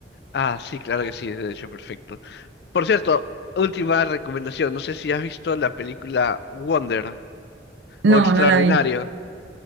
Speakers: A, on the left; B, on the right.
A: Ah, sí, claro que sí, de hecho, perfecto. Por cierto, última recomendación, no sé si has visto la película Wonder
B: No,
A: o Extraordinario.
B: no la vi.